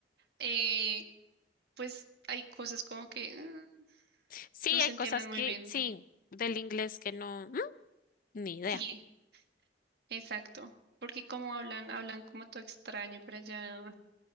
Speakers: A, on the right; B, on the left.
A: eh, pues hay cosas como que ah,
B: Sí,
A: no se
B: hay
A: entienden
B: cosas que,
A: muy bien.
B: sí, del inglés que no, mm, ni idea.
A: Sí, exacto, porque como hablan, hablan como todo extraño para allá,